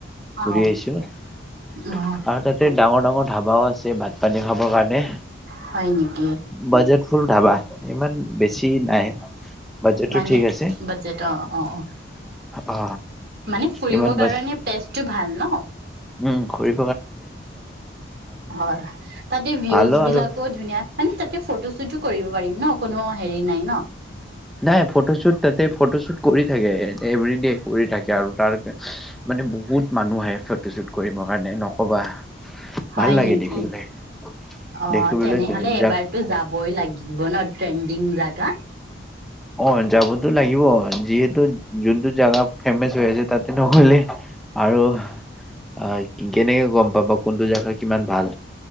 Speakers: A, on the right (about 55°); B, in the centre.
A: অ
B: ঘূৰি আহিছো,
A: অ
B: আৰু তাতে ডাঙৰ ডাঙৰ ধাবাওঁ আছে ভাত পানী খাবৰ কাৰণে
A: হয় নেকি
B: বজেট ফুল ধাবা। ইমান বেছি নাই বাজেটটো
A: মানে
B: ঠিক আছে
A: বাজেট অঁ, অঁ, অঁ,
B: অ
A: মানে ফুৰিব
B: ইমান বাজ
A: কাৰণে পেজটো ভাল।
B: উম ঘুৰি
A: হয়, তাতে ভিউজ
B: ভালো
A: বিলাকো
B: আৰু
A: ধুনীয়া মানে তাতে- ফটো -শ্বুতো কৰিব পাৰিম ন, কোনো হেৰি নাই ন
B: নাই ফটোশ্বুট তাতে ফটোশ্বুট কৰি থাকে, এভিৰিডে কৰি থাকে আৰু তাৰ মানে বহুত মানুহ আহে ফটোশ্বুট কৰিব কাৰণে নকবা।
A: হয়
B: ভাল লাগে
A: নেকি,
B: দেখিবলৈ
A: অঁ
B: দেখিবলৈ
A: তেনেহলে এবাৰতো
B: জা
A: যাবই লাগিব ন ট্ৰেণ্ডিং জ হাঁ
B: অঁ, যাবতো লাগিব যিহেতু যোনটো জোগা ফেমাচ হৈ আছে তাতে নহলে আৰু অঁ, কেনেকৈ গম পাব কোনটো জেগা কিমান ভাল